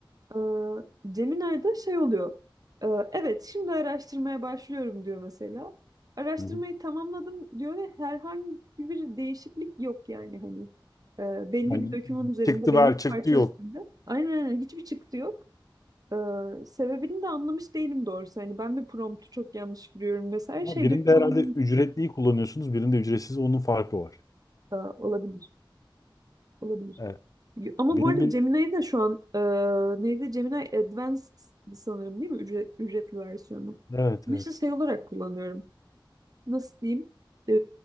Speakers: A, on the right (about 45°); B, on the left (about 45°).
A: Ee, Gemini'de şey oluyor. Ee, evet şimdi araştırmaya başlıyorum diyor mesela. Araştırmayı
B: Hı hı.
A: tamamladım diyor ve herhangi bir değişiklik yok yani hani. Ee, belli
B: Yani
A: bir dökümün üzerinde,
B: çıktı
A: belli
B: ver
A: bir parça
B: çıktı yok.
A: üstünde. Aynen aynen hiçbir çıktı yok. Ee, sebebini de anlamış değilim doğrusu. Hani ben bir promptu çok yanlış giriyorum vesaire şey
B: Ama birinde
A: dökümanı
B: herhalde ücretliyi kullanıyorsunuz, birinde ücretsiz onun farkı var.
A: Ee, olabilir. Olabilir.
B: Evet.
A: Ama
B: Benim
A: bu arada
B: bir
A: Gemini'yi de şu an e, neydi? Gemini Advanced sanırım değil mi? Ücret, ücretli versiyonu.
B: evet
A: Ben
B: evet.
A: işte şey olarak kullanıyorum. Nasıl diyeyim? E,